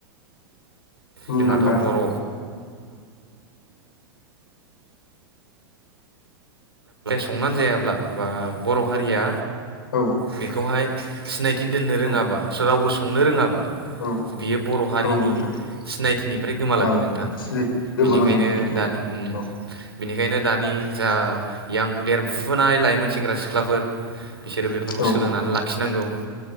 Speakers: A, on the left (about 65°); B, on the right (about 85°).
A: मुंदांखा
B: जोंहाथ' बर' संनानै जायाब्ला बा बर' हारिया
A: औ
B: बेखौहाय सिनायथि दोननो रोङाबा
A: औ
B: रावबो संनो रोङाबा
A: औ
B: बियो बर' हारिनि
A: औ नोंथां
B: सिनायथिनिफ्राय गोमालांगोन
A: औ
B: नोंथां।
A: सिनाय गोमालांगोन
B: बेनिखायनो
A: नोंथां
B: दानि उम्म
A: औ
B: बिनिखायनो दानि जा यां देरफुनाय लाइमोन सेंग्रा सिख्लाफोर बिसोरो बेफोरखौ
A: औ
B: सोलोंनानै लाखिनांगौ